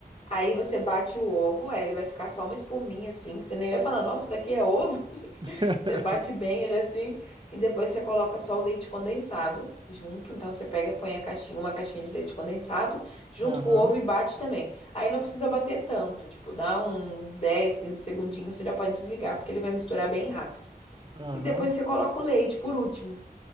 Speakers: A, on the left (about 40°); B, on the right (about 30°).
A: aí você bate o ovo, aí ele vai ficar só uma espuminha assim, que você nem vai falar, nossa, isso daqui é ovo.
B: <laughs>
A: Você bate bem ele assim e depois você coloca só o leite condensado junto. Então você pega põe a caixinha, uma caixinha de leite condensado junto
B: Aham,
A: com o ovo e bate também. Aí não precisa bater tanto, tipo, dá uns 10, 15 segundinhos, você já pode desligar, porque ele vai misturar bem rápido.
B: aham,
A: E depois você coloca o leite por último.